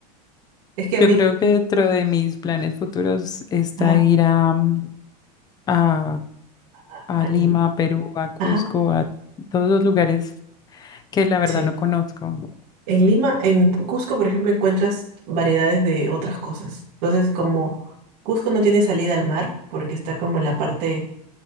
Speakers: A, on the right; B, on the left.
A: Es que a
B: Yo
A: mí,
B: creo que dentro de mis planes futuros está
A: ajá,
B: ir a, mm, a,
A: a-
B: a Lima,
A: al-
B: a Perú, a Cusco,
A: ajá,
B: a todos los lugares que la verdad
A: sí.
B: no conozco.
A: En Lima, en Cusco, por ejemplo, encuentras variedades de otras cosas. Entonces, como Cusco no tiene salida al mar porque está como en la parte